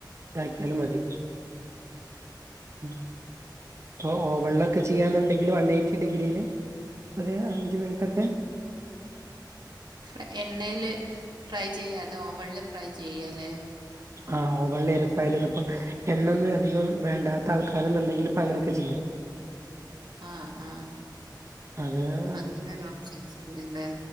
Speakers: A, on the right; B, on the right.
A: ഇതാക്കിയാലും മതി ഉം പ്പൊ ഓവണ്ലൊക്കെ ചെയ്യാന്ന്ണ്ടെങ്കില് വൺ എയ്റ്റി ഡിഗ്രിൽ ഒരു അഞ്ച് മിനിറ്റൊക്കെ
B: ഫ്ര എണ്ണെല് ഫ്രൈ ചെയ്യാതെ ഓവണ്ല് ഫ്രൈ ചെയ്യാലേ
A: ആഹ് ഓവണ്‌ല് എയർഫയറിലൊക്കെ ഇപ്പൊ എണ്ണൊന്നും അധികം വേണ്ടാത്താൾക്കാരന്നുണ്ടെങ്കില് ഇപ്പങ്ങനെയൊക്കെ ചെയ്യാം
B: ആഹ് ആഹ്
A: അതേ
B: അങ്ങനെ ഒരോപ്ഷൻസ് ണ്ട്ലെ